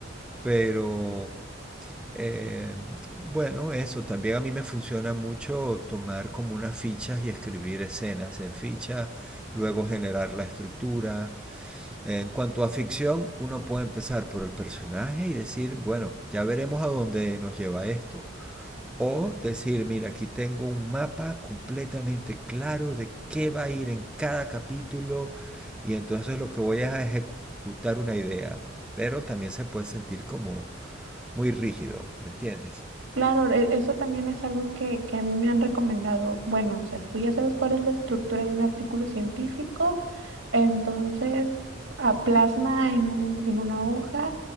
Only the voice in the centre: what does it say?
pero... Eh, bueno, eso también a mí me funciona mucho tomar como unas fichas y escribir escenas en fichas, luego generar la estructura. Eh, En cuanto a ficción, uno puede empezar por el personaje y decir, bueno, ya veremos a dónde nos lleva esto. O decir, mira, aquí tengo un mapa completamente claro de qué va a ir en cada capítulo y entonces lo que voy a ejecutar una idea. Pero también se puede sentir como muy rígido, ¿me entiendes?